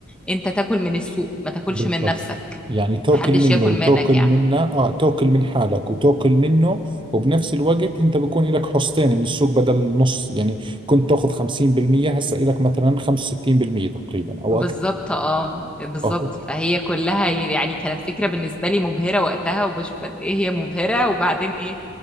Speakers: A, in the centre; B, on the right.
A: انت تاكل من السوق ما تاكلش
B: بالضبط
A: من نفسك
B: يعني تاكل
A: محدش
B: منه
A: ياكل
B: وتاكل
A: منك يعني
B: منه اه تاكل من حالك وتاكل منه وبنفس الوقت انت بكون لك حصتين من السوق بدل نص يعني كنت تاخذ 50% هسه لك مثلا 65% تقريبا او
A: بالظبط
B: اكثر
A: اه بالظبط
B: اهو
A: فهي كلها يعني كانت فكرة بالنسبة لي مبهرة وقتها وبشوف قد ايه هي مبهرة وبعدين ايه